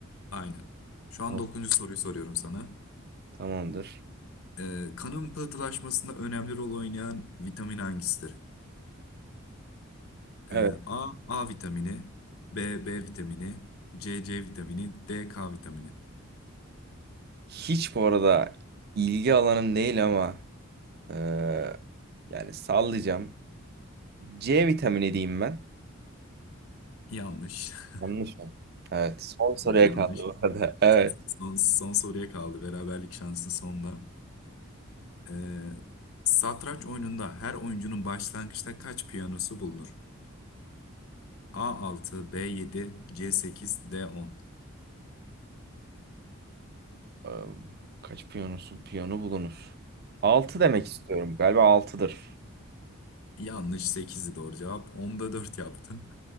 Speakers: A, on the left (about 85°); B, on the right (about 50°).
A: Aynen. Şu an
B: Tamam.
A: 9. soruyu soruyorum sana.
B: Tamamdır.
A: Ee, kanın pıhtılaşmasında önemli rol oynayan vitamin hangisidir?
B: Evet.
A: Ee, A, A vitamini, B, B vitamini, C, C vitamini, D, K vitamini.
B: Hiç bu arada ilgi alanım değil ama Ee, yani sallayacağım. C vitamini diyeyim ben.
A: Yanlış. <laughs>
B: Yanlış mı? Evet. Son soruya
A: Evet yanlış.
B: kaldı bu arada. <laughs> Evet.
A: Son, son soruya kaldı. Beraberlik şansı sonda. Ee, satranç oyununda her oyuncunun başlangıçta kaç piyanosu bulunur? a altı, b yedi, c sekiz, d on.
B: Ee, kaç piyonusu? Piyonu bulunur. 6 demek istiyorum. Galiba altıdır.
A: Yanlış 8'di doğru cevap. Onda 4 yaptın.